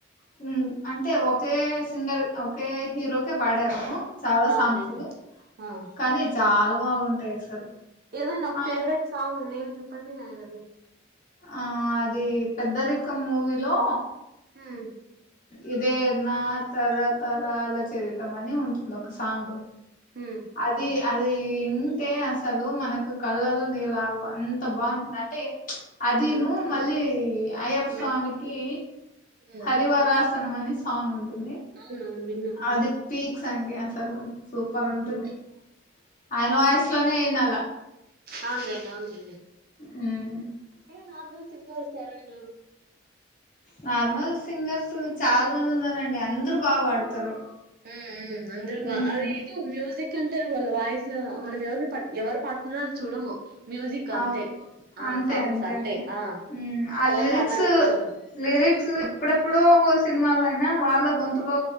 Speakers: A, on the left; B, on the right.
A: హ్మ్ అంటే ఒకే సింగర్ ఒకే హీరోకే పాడారు చాలా
B: అవునులేండి
A: సాంగ్స్
B: ఆ
A: కానీచ్ చాలా బాగుంటాయి అసలు
B: ఏదైన ఒక
A: ఆ
B: ఫేవరెట్ సాంగ్ నేమ్ జుప్ తన్ని ఆయనది
A: ఆ అది పెద్దరికం మూవీలో
B: హూ
A: ఇదే నా తరతరాల చరితం అని ఉంటుంది ఒక సాంగ్
B: హ
A: అది అది ఇంటే అసలు మనకు కళ్ళల్లో నీళ్ళు ఆగవ్ అంత బాగుంటుందింటే అదిను
B: హ్మ్
A: మళ్ళీ అయ్యప్ప
B: హ్మ్
A: స్వామికి
B: హ్మ్.
A: హరివరాసనం అనే సాంగ్ ఉంటుంది
B: అవునవును విన్నా
A: అది పీక్ సండిసలు సూపర్
B: హ్మ్
A: ఉంటుంది
B: హ్మ్
A: ఆయన వాయసు లోనే అయినలా
B: అవుందం బ
A: అ
B: ఏ నార్మల్ సింగర్స్ ఎవనా
A: నార్మల్ సింగర్స్ చాలా మంది ఉన్నారండి అందరు బా పాడతారు
B: ఉ అంద్ర బా
A: ఉమ్
B: అది ఏదో మ్యూజిక్ ఎ అంటే వాళ్ళ వాయిస్ మనం ఎవరిని పట్ ఎవరు పతున్నో అని చూడము మ్యూజిక్ అంతే
A: అవును
B: ఆ
A: అంతే
B: సాంగ్స్ అంతే
A: అండి
B: ఆ
A: ఉమ్, ఆ
B: ఎవరు
A: లిరిక్స్
B: పానాల చూడ
A: లిరిక్స్ ఎప్పుడెప్పుడో సినిమాలో అయినా వాళ్ళ గొంతులో